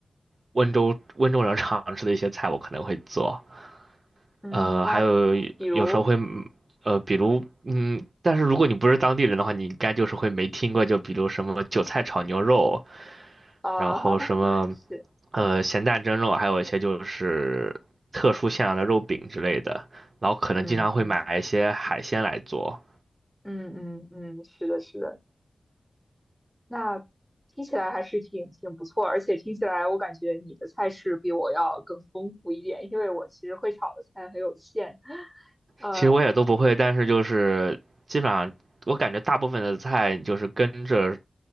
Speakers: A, on the right; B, in the centre.
A: 温州温州人常吃的一些菜，我可能会做。
B: 嗯，
A: 呃，
B: 那比如。
A: 还有有时候会，呃，比如，嗯，但是如果你不是当地人的话，你应该就是会没听过，就比如什么韭菜炒牛肉，
B: 啊，
A: 然后什么，
B: <laughs> 是，
A: 呃，咸蛋蒸肉，还有一些就是特殊馅料的肉饼之类的，然后可能经常会买一些海鲜来做。
B: 嗯嗯嗯嗯嗯，是的，是的，那听起来还是挺挺不错，而且听起来我感觉你的菜式比我要更丰富一点，因为我其实会炒的菜很有限。呃，
A: 其实我也都不会，但是就是基本上，我感觉大部分的菜就是跟着